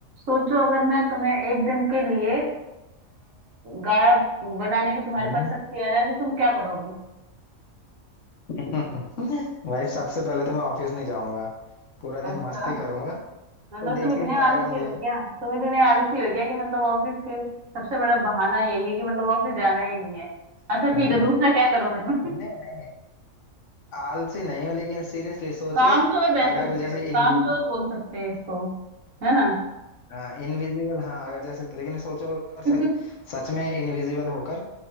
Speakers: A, on the right; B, on the left.
A: सोचो अगर मैं तुम्हें एक दिन के लिए अ, गायब बनाने की तुम्हारे
B: हम्म।
A: पास शक्ति आ जाए तो तुम क्या करोगे
B: <laughs> भाई सबसे पहले तो मैं ऑफिस नहीं जाऊंगा पूरा
A: अच्छा
B: दिन मस्ती करूंगा
A: मतलब
B: कोई देख
A: तुम इतने
B: ही नहीं पाएगा
A: आलसी
B: मुझे
A: हो क्या तुम इतने आलसी हो क्या कि मतलब ऑफिस के सबसे बड़ा बहाना यही है कि मतलब ऑफिस जाना ही नहीं है अच्छा ठीक
B: <laughs>
A: है
B: नहीं
A: दूसरा क्या करोगे तुम
B: नहीं
A: <laughs>
B: आलसी नहीं हो लेकिन सीरियसली सोचो
A: कामचोर बह
B: अगर
A: सकते
B: जैसे
A: हो
B: इनविजिबल
A: कामचोर बोल सकते हैं इसको है ना
B: हाँ इनविजिबल हाँ अगर जैसे लेकिन सोचो अगर
A: <laughs>
B: सच, सच में इनविजिबल होकर